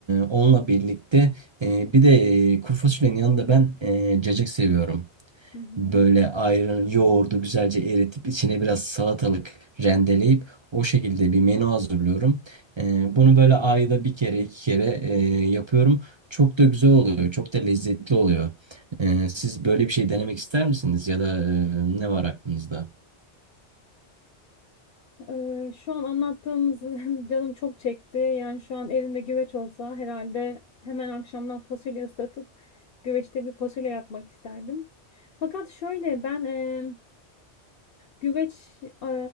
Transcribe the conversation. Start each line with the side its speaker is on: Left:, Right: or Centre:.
Right: onunla birlikte e, bir de e, kuru fasulyenin yanında ben e, cacık seviyorum.
Left: Hı hı.
Right: Böyle ayran, yoğurdu güzelce eritip içine biraz salatalık rendeleyip o şekilde bir menü hazırlıyorum. Ee, bunu böyle ayda bir kere iki kere e, yapıyorum. Çok da güzel oluyor. Çok da lezzetli oluyor. Ee, siz böyle bir şey denemek ister misiniz? Ya da e, ne var aklınızda?
Left: Ee, şu an anlattığınız <laughs> canım çok çekti. Yani şu an elimde güveç olsa herhalde hemen akşamdan fasulye ıslatıp güveçte bir fasulye yapmak isterdim. Fakat şöyle ben e, güveç e,